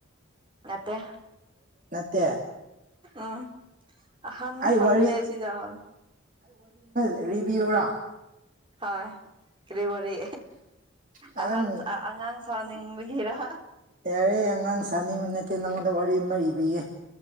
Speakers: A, on the right; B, on the right.
A: ꯃꯠꯇꯦ
B: ꯅꯠꯇꯦ
A: ꯎꯝ ꯑꯍꯥꯟ
B: ꯑꯩ
A: ꯈꯀꯅ
B: ꯋꯥꯔꯤ
A: ꯑꯁꯤ ꯌꯥꯍꯜ
B: ꯔꯤꯕꯌꯣꯔꯥ
A: ꯍꯣꯏ ꯀ ꯋꯥꯔꯤ
B: ꯑꯗꯨꯝ
A: ꯑꯍꯟ ꯑꯉꯥꯡ ꯁꯥꯎꯅꯤꯡ ꯒꯦꯔꯥ
B: ꯌꯥꯔꯦ ꯑꯉꯥꯡ ꯁꯥꯅꯤꯡꯃꯤ ꯅꯠꯇꯦ ꯅꯪꯉꯣꯟꯗ ꯋꯥꯔꯤ ꯑꯃ ꯂꯤꯕꯤꯒꯦ